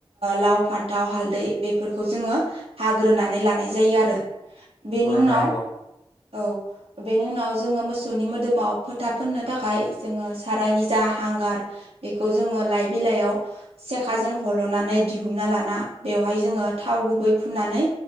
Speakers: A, on the right (about 70°); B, on the left (about 45°).
A: लाव फान्थाव हालदै बेफोरखौ जोङो हाग्रोनानै लानाय जायो आरो
B: नंगौ
A: बेनि
B: नंगौ नोंथां
A: उनाव
B: नंगौ
A: औ बेनि उनाव जोङो मोसौनि मोदोमाव फोथा फोननो थाखाय जोङो साराय नि जा हांगार बेखौ जोङो लाइ बिलाइयाव सेखाजों हल'नानै दिहुना लाना बेयाव बहाय जोङो थाव गुबै फुननानै